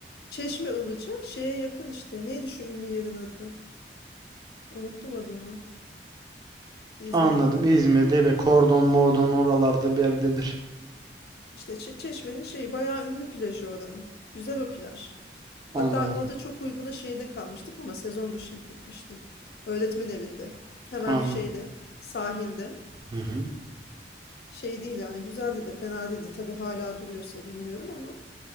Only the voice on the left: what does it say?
Çeşme Ilıca şeye yakın işte. Neydi şu ünlü yerin adı? Unuttum adını. İzmir'de.
İşte Çe- Çeşme'nin şeyi bayağı ünlü plajı oranın. Güzel o plaj. Hatta
orada çok uyguna şeyde kalmıştık ama sezon dışı gitmiştik. Öğretmen evinde. Hemen
şeyde sahilde.
Şey değil yani güzeldi de fena değildi. Tabii hala duruyorsa bilmiyorum ama